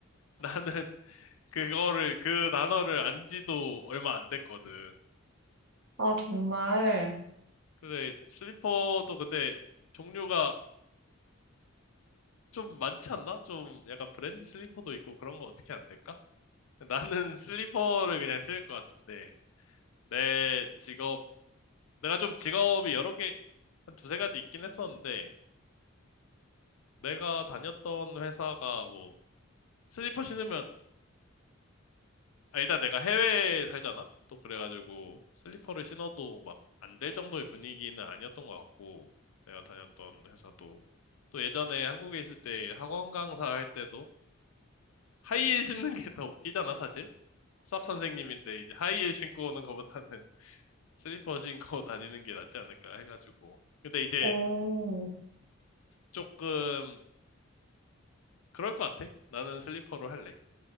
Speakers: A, on the left; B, on the right.
A: <laughs> 나는 그거를, 그 단어를 안 지도 얼마 안 됐거든.
B: 아, 정말.
A: 근데 슬리퍼도 근데 종류가 좀 많지 않나? 좀 약간 브랜드 슬리퍼도 있고 그런 거 어떻게 안 될까? 나는 <laughs> 슬리퍼를 그냥 신을 것 같은데 내 직업 내가 좀 직업이 여러 개 한 두세 가지 있긴 했었는데 내가 다녔던 회사가 뭐 슬리퍼 신으면 아, 일단 내가 해외에 살잖아? 또 그래가지고 슬리퍼를 신어도 막 안 될 정도의 분위기는 아니었던 것 같고 내가 다녔던 회사도 또 예전에 한국에 있을 때 학원 강사 할 때도 하이힐 신는 게 더 웃기잖아 사실 수학 선생님인데 이제 하이힐 신고 오는 것보다는 <laughs> 슬리퍼 신고 다니는 게 낫지 않을까 해가지고 근데 이제
B: 오.
A: 조금 그럴 것 같아 나는 슬리퍼로 할래